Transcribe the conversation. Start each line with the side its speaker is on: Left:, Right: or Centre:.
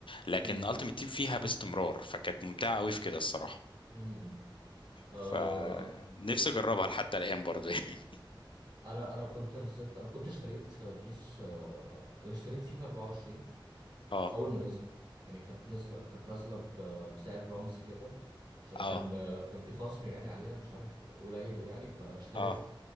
Left: لكن
Right: مم.
Left: التيمت تيم فيها باستمرار فكانت ممتعه قوي في كده الصراحه
Right: مم. آه
Left: فنفسي اجربها لحتى الان برضو يعني <laughs>
Right: انا انا كنت نزلت انا كنت اشتريت بيس آه انا اشتريت فيفا 24
Left: اه
Right: اول ما نزلت يعني كانت نازله كانت نازله ب- بسعر رمزي كده ش- كان
Left: اه
Right: آه، كان في خصم يعني عليها مش عارف قليل يعني فاشتريتها
Left: اه